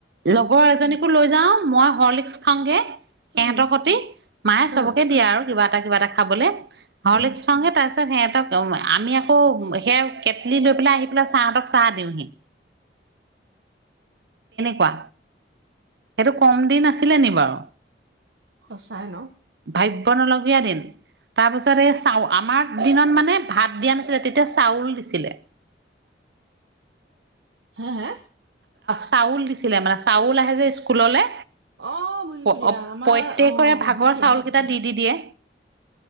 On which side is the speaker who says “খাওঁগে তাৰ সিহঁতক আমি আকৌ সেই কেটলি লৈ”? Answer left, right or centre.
Right